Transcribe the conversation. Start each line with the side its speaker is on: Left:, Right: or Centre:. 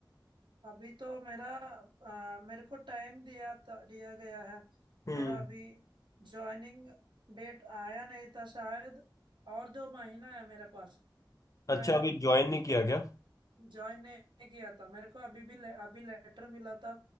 Right: अभी तो मेरा आ, मेरे को टाइम दिया था, दिया गया है
Left: हम्म
Right: मेरा अभी जॉइनिंग डेट आया नहीं था शायद और दो महीना है मेरे पास
Left: अच्छा
Right: मैं
Left: अभी ज्वाइन नहीं किया गया
Right: ज्वाइन नहीं किया था मेरे को अभी भी ले, अभी लेटर मिला था